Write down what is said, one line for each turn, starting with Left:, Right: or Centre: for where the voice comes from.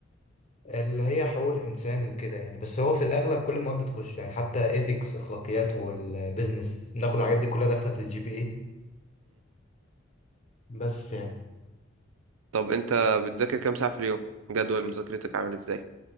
Left: اللي هي حقوق الإنسان وكده يعني بس هو في الأغلب كل المواد بتخش يعني حتى ethics أخلاقيات والبيزنس بناخد الحاجات دي كلها داخلة في الجي بي إيه بس يعني
Right: طب انت بتذاكر كام ساعة في اليوم جدول مذاكرتك عامل ازاي